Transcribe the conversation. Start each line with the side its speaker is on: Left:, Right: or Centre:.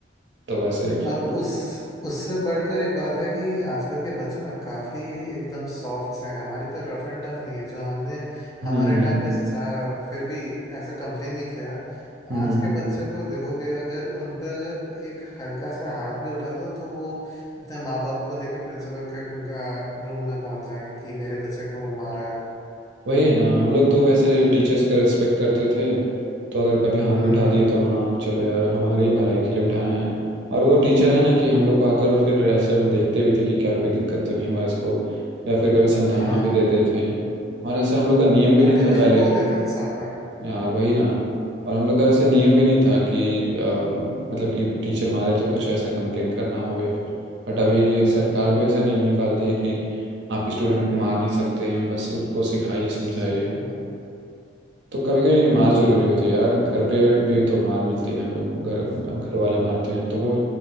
Right: तो वैसे
Left: और
Right: फिर
Left: उस उससे बढ़कर एक बात है कि आजकल के बच्चे ना काफी एकदम सॉफ्ट से हैं हमारी तरह रफ एंड टफ नहीं है जो हमने हमारे
Right: हम्म हम्म
Left: टाइम पे सहा है और फिर भी ऐसे कंप्लेन नहीं किया
Right: हम्म
Left: आज
Right: हम्म।
Left: के बच्चे को देखोगे अगर उन पे अगर एक हल्का सा हाथ भी उठा दो तो वो अपने माँ बाप को लेके प्रिंसिपल के रूम में पहुंच जाएंगे कि मेरे बच्चे को मारा है
Right: वही है ना हम लोग तो वैसे टीचर्स का रिस्पेक्ट करते थे तो अगर कभी हाथ
Left: हम्म
Right: भी उठा
Left: हम्म
Right: दिए तो हाँ चलो यार हमारे ही भलाई के लिए उठाए हैं और वो टीचर
Left: हम्म
Right: है ना
Left: हम्म,
Right: कि हम लोग को आकर फिर ऐसे देखते भी थे कि क्या कोई दिक्कत तो नहीं हुआ इसको या फिर कभी संतावना
Left: हाँ
Right: भी देते थे और ऐसे हम लोग का नियम भी
Left: मोटिवेशन
Right: नहीं था पहले
Left: बहुत देते थे साथ में
Right: यार वही ना और हम लोग का ऐसे नियम भी नहीं
Left: हम्म
Right: था कि अ, मतलब कि टीचर मारे तो कुछ ऐसा कंप्लेन करना हो या फिर बट अभी सरकार
Left: हम्म,
Right: भी ऐसा
Left: हम्म।
Right: नियम निकाल दी है कि आप स्टूडेंट को मार नहीं सकते हैं बस उनको सिखाइए समझाइए
Left: सही बात है
Right: तो कभी कभी मार जरूरी होती है यार घर पे भी तो मार मिलती है हम लोग को घर घर वाले मारते हैं तो वो